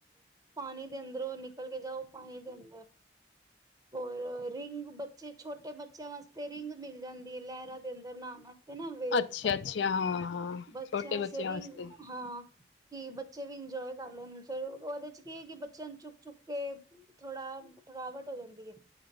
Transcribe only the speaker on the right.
ਪਾਣੀ ਦੇ ਅੰਦਰੋਂ ਨਿਕਲ ਕੇ ਜਾਓ ਪਾਣੀ ਦੇ ਅੰਦਰ ਹੋਰ ਰਿੰਗ ਬੱਚੇ ਛੋਟੇ ਬੱਚਿਆਂ ਵਾਸਤੇ ਰਿੰਗ ਮਿਲ ਜਾਂਦੀ ਐ ਲਹਿਰਾਂ ਦੇ ਅੰਦਰ ਨਾਨ ਦੇ ਨਾ ਵੇਬਸ
ਆਉਦੇ
ਨੇ
ਬੱਚਿਆਂ
<unintelligible>
ਹਾਂ ਕਿ ਬੱਚੇ ਵੀ ਇੰਜੋਏ ਕਰ ਲੈਣ ਫੇਿਰ ਉਹਦੇ ਚ ਕੀ ਹੈ ਕਿ ਬੱਚਿਆਂ ਨੂੰ ਚੁੱਕ ਚੁੱਕ ਕੇ ਥੋੜਾ ਥਕਾਵਟ ਹੋ ਜਾਂਦੀ ਐ